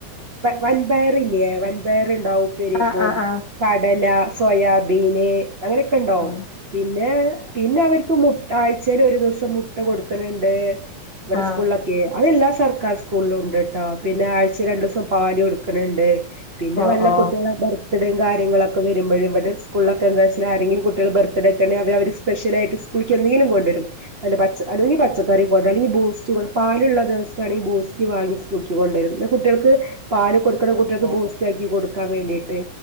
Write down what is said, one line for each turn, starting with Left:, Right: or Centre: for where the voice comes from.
Right: വൻ പയറല്ലേ വ വേറെ ഉപ്പേരി വയ്ക്കും
Left: ആ ആ ആ
Right: കടല സോയാബീൻ പിന്നെ അങ്ങനെയൊക്കെ ഉണ്ടാവും
Left: ഉം
Right: പിന്നെ പിന്നെ അവർക്ക് മുട്ട ആഴ്ചൽ ഒരു ദിവസം മുട്ട കൊടുക്കണണ്ട് ഇവിടെ
Left: ആ
Right: സ്കൂളിലൊക്കെ അതല്ലാ സർക്കാർ സ്കൂളിലുണ്ടട്ടാ പിന്നെ ചിലപ്പോൾ രണ്ടുദിവസം പാലു കൊടുക്കും കണണ്ടേ പിന്നെ
Left: ഓ
Right: വല്ല
Left: ഓ
Right: കുട്ടികളെ ബാഗ് ബർത്ത്ഡേയും കാര്യങ്ങളൊക്കെ വരുമ്പഴ് ഇവിടെ സ്കൂളൊക്കെ എന്താച്ചാ ആരെങ്കിലും കുട്ടികള് ബർത്ത്ഡേക്കെ ഉണ്ടെങ്കിൽ അവര് സ്പെഷ്യലായിട്ട് സ്കൂൾക്ക് എന്തെങ്കിലും കൊണ്ട് വരും അല്ല പച്ച അല്ലെങ്കി പച്ചക്കറി കൊണ്ട് അല്ലെങ്കി ബൂസ്റ്റ്‌ പാലുള്ള ദിവസാണെങ്കിൽ ബൂ സ്റ്റ് വാങ്ങി സ്കൂൾക്ക് കൊണ്ടുവരും എന്ന കുട്ടികൾക്ക് പാല് കൊടുക്കണ കുട്ടികൾക്ക്
Left: അതെ
Right: ബൂസ്റ്റ് ആക്കി കൊടുക്കാൻ വേണ്ടിട്ട്